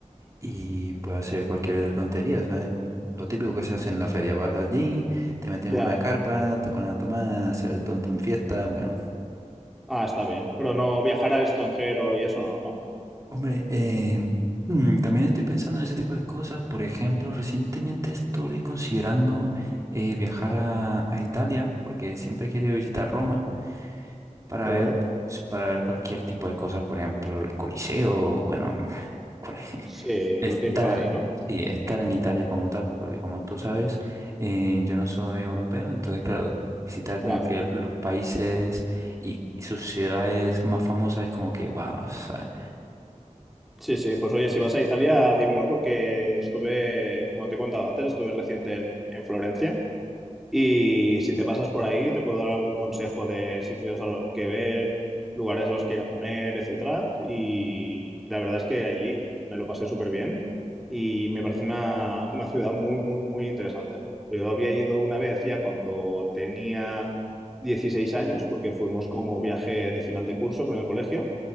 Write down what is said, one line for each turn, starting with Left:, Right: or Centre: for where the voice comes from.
Right: Y puede hacer cualquier tontería, ¿sabes? Lo típico que se hace en la feria, vas allí, te meten
Centre: ya.
Right: en una carpa, te ponen a tomar, a hacer el tonto en fiesta, bueno.
Centre: Ah, está bien. Pero no viajar al extranjero y eso no, ¿no?
Right: Hombre, eh, mm, también estoy pensando en ese tipo de cosas. Por ejemplo, recientemente estoy considerando eh, viajar a, a Italia, porque siempre he querido visitar Roma para
Centre: ¿De
Right: ver,
Centre: acuerdo?
Right: pues, para ver cualquier tipo de cosas, por ejemplo, el Coliseo, bueno, <laughs> cual-
Centre: Sí,
Right: Estar,
Centre: lo típico de ahí, ¿no?
Right: sí, estar en Italia como tal, pues, porque como tú sabes, eh, yo no soy europeo, entonces, claro, visitar
Centre: Ya.
Right: como que los países y sus ciudades más famosas es como que, wow, o sea,
Centre: Sí, sí, pues oye, si vas a Italia, dímelo, porque estuve, como te he contado antes, estuve reciente en, en Florencia Y si te pasas por ahí, te puedo dar algún consejo de sitios a lo que ver, lugares a los que ir a comer, etcétera. Y, y la verdad es que allí me lo pasé súper bien y me parece una, una ciudad muy, muy, muy interesante. Yo había ido una vez ya cuando tenía 16 años, porque fuimos como viaje de final de curso con el colegio,